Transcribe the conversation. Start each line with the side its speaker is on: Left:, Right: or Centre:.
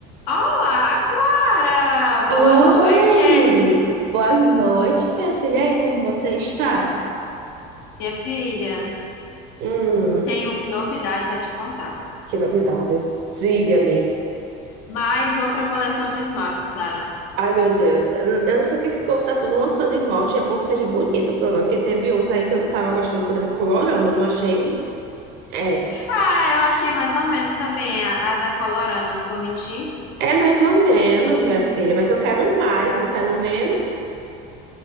Left: Olá, Clara! Boa
Right: Oi!
Left: noite,
Right: Boa noite, minha filha. E aí, como você está?
Left: minha filha.
Right: Hum,
Left: Tenho novidades a te contar.
Right: que novidades. Diga-me.
Left: Mais outra coleção de esmaltes, Clara.
Right: Ai, meu Deus. Eu não eu não sei o que que esse povo tá tudo lançando esmalte. É bom que seja bonito, o problema. Porque teve uns aí que eu não tava gostando. Por exemplo, Colorama, não achei. É.
Left: Ah, eu achei mais ou menos também a, a da Colorama, não vou mentir.
Right: É mais ou menos, minha filha. Mas eu quero mais, eu não quero menos.